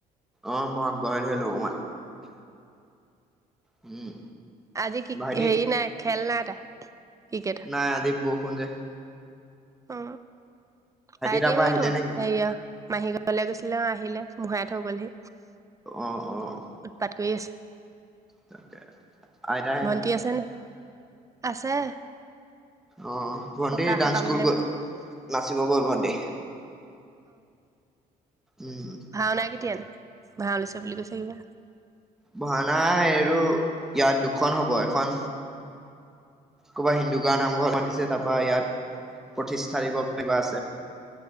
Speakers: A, in the centre; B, on the right (about 20°).
A: অ', মই আগবঢ়াই থৈ আহিলো অকমান। উম।
B: আজি কিক
A: ভাইটি
B: হেই নাই খেল নাই তাৰ। ক্ৰিকেটৰ
A: নাই আজি ব <unintelligible> যে।
B: অ', ভাইটি
A: তাৰ পৰা
B: সেইতো,
A: আহিলে নেকি
B: হেৰিয়া মাহী <unintelligible> গৈছিলে, অ', আহিলে মোহাই থৈ গ'লহি।
A: অ', অ'।
B: উৎপাত কৰি আছে।
A: তাকে আইতাহেত
B: ভন্টি আছেনে? আছে।
A: অ', ভণ্টী
B: ককা
A: ডান্স
B: সকামলে
A: স্কুল গল? নাচিব গল ভণ্টি, উম।
B: ভাওঁনা কেতিয়ানো, ভাওঁ লৈছে বুলি কৈছে কিবা।
A: ভাওনা এইটো ইয়াত দুখন হ'ব, এখন ক'ৰবাত হিন্দু গাঁৱ নামঘৰত মাতিছে, তাৰপৰা ইয়াত প্ৰতিষ্ঠা দিৱস কিবা আছে।